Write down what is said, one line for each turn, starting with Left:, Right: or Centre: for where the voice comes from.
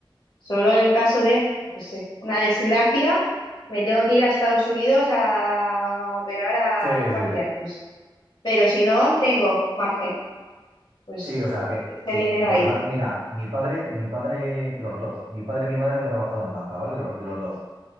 Left: Solo en el caso de, no sé, una desgracia, me tengo que ir a Estados Unidos a operar a
Right: Sí,
Left: un familiar.
Right: sí, sí.
Left: Pues. Pero si no, tengo margen. Pues
Right: Sí, o sea, que,
Left: este
Right: que,
Left: dinero
Right: pues
Left: ahí,
Right: ma- mira, mi padre, mi padre, los dos, mi padre y mi madre han trabajado en banca, ¿vale? Lo- los dos.